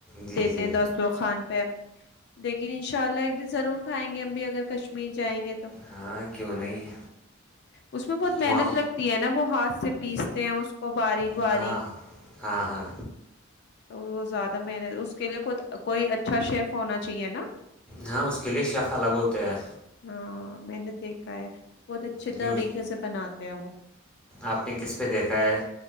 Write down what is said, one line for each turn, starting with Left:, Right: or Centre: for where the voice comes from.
Centre: جی
Left: دیتے
Centre: جی
Left: ہیں دسترخان پہ لیکن انشاء اللہ ایک دن ضرور کھائیں گے ہم بھی اگر کشمیر جائیں گے تو
Centre: ہاں کیوں نہیں
Left: اس میں بہت محنت
Centre: وہاں
Left: لگتی ہے نا وہ ہاتھ سے پیستے ہیں اس کو باریک باریک
Centre: ہاں ہاں ہاں
Left: تو وہ زیادہ محنت اس کے لیے کوئی اچھا شیف ہونا چاہیے نا
Centre: ہاں اس کے لئے شیف الگ ہوتے ہیں
Left: ہاں میں نے دیکھا ہے بہت اچھے طریقے
Centre: یوز
Left: سے بناتے ہیں وہ
Centre: آپ نے کس پہ دیکھا ہے